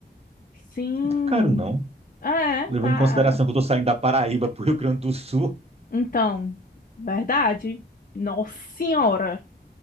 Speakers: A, on the left (about 50°); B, on the right (about 35°).
A: Sim.
B: Não tá caro, não.
A: É,
B: Levando
A: tá.
B: em consideração que eu tô saindo da Paraíba <laughs> pro Rio Grande do Sul.
A: Então, verdade. Nossa senhora.